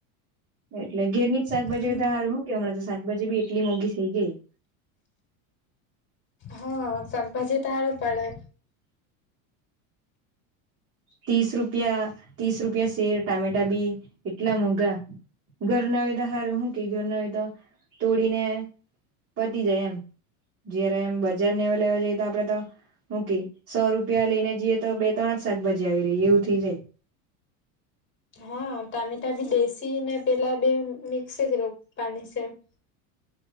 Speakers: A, on the right (about 35°); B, on the left (about 25°).
A: એટલે ઘેર ની જ શાકભાજી
B: એમ
A: તો સારું. શું કે હમણાં તો શાકભાજી બી એટલી મોંઘી થઈ ગઈ છે.
B: હા, શાકભાજી હારું પડે.
A: ત્રીસ રૂપિયા, ત્રીસ રૂપિયા શેર ટામેટા બી એટલા મોંઘા. ઘર ના વિના તો સારું. શું કે ઘરના હો તો તોડીને પતી જાય એમ. જયારે એમ બજાર નેવા લેવા જઈએ તો આપડે તો મૂકી સો રૂપિયા લઈને જઈએ તો બે-ત્રણ જ શાકભાજી આવી રહે એવું થઈ જાય.
B: હા, ટામેટા બી બેસી ને પેલા બે મિક્સ જ રહે પાણી છે. <unintelligible>